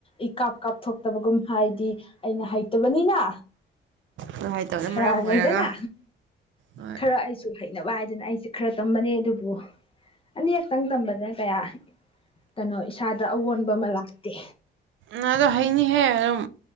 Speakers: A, on the left; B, on the right.
A: ꯏꯀꯥꯞ ꯀꯥꯞꯊꯣꯛꯇꯕꯒꯨꯝ ꯍꯥꯏꯗꯤ ꯑꯩꯅ ꯍꯩꯇꯕꯅꯤꯅ
B: ꯅꯨꯡꯉꯥꯏꯇꯕꯖꯤꯅ
A: ꯈꯔ
B: ꯃꯔꯝ ꯑꯣꯏꯔꯒ
A: ꯂꯩꯗꯅ
B: ꯍꯣꯏ
A: ꯈꯔ ꯑꯩꯁꯨ ꯍꯩꯅꯕ ꯍꯥꯏꯗꯅ ꯑꯩꯁꯦ ꯈꯔ ꯇꯝꯕꯅꯦ ꯑꯗꯨꯕꯨ ꯑꯅꯤꯔꯛꯇꯪ ꯇꯝꯕꯗꯅ ꯀꯌꯥ ꯀꯩꯅꯣ ꯏꯁꯥꯗ ꯑꯑꯣꯟꯕ ꯑꯃ ꯂꯥꯛ ꯇꯦ
B: ꯅ ꯑꯗꯣ ꯍꯩꯅꯤꯍꯦ ꯑꯗꯨꯝ